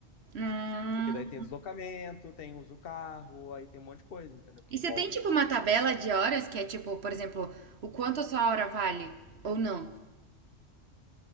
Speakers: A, on the right (about 60°); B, on the left (about 50°).
A: Hum,
B: Porque daí tem deslocamento, tem uso do carro, aí tem um monte de coisa, entendeu? Que
A: E você
B: envolve
A: tem, tipo,
B: isso.
A: uma tabela de horas que é, tipo, por exemplo, o quanto a sua hora vale ou não?